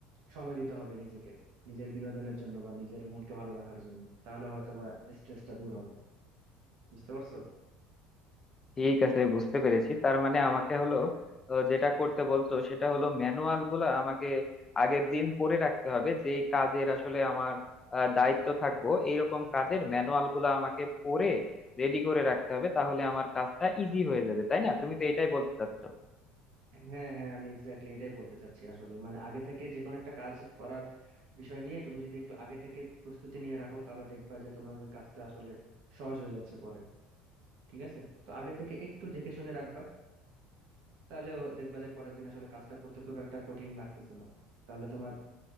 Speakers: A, on the right; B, on the left.
A: সময় দিতে হবে নিজেকে নিজের বিনোদনের জন্য বা নিজের মনকে ভালো রাখার জন্য তাহলে হয়তোবা স্ট্রেসটা দূর হবে বুঝতে পারছো
B: ঠিক আছে বুঝতে পেরেছি তার মানে আমাকে হলো আহ, যেটা করতে বলতো সেটা হলো ম্যানুয়াল গুলা আমাকে আগের দিন পড়ে রাখতে হবে যেই কাজের আসলে আমার আহ, দায়িত্ব থাকবো এইরকম কাজের ম্যানুয়াল গুলা আমাকে পড়ে রেডি করে রাখতে হবে তাহলে আমার কাজটা ইজি হয়ে যাবে তাই না তুমি তো এটাই বলতে চাচ্ছ
A: হ্যাঁ হ্যাঁ আমি এক্স্যাক্টলি এটাই বলতে চাচ্ছি আসলে মানে আগে থেকে যে কোনো একটা কাজ করার বিষয় নিয়ে তুমি যদি একটু আগে থেকে প্রস্তুতি নিয়ে রাখো তাহলে দেখবা যে তোমার ওই কাজটা আসলে সহজ হয়ে যাচ্ছে পরে ঠিক আছে তো আগে থেকে একটু দেখে শুনে রাখবা তাহলে ও দেখবা যে পরের দিন আসলে কাজটা করতে খুব একটা কঠিন লাগতেছে না তাহলে তোমার